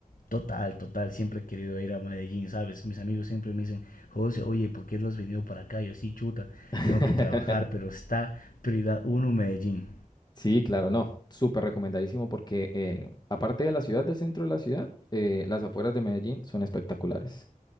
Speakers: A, on the left; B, on the left.
A: Total, total, siempre he querido ir a Medellín, ¿sabes? Mis amigos siempre me dicen, José, oye, ¿por qué no has venido para acá? Yo así, chuta,
B: <laughs>
A: tengo que trabajar, pero está prioridad uno Medellín.
B: Sí, claro, no, súper recomendadísimo porque eh, aparte de la ciudad, del centro de la ciudad, eh, las afueras de Medellín son espectaculares.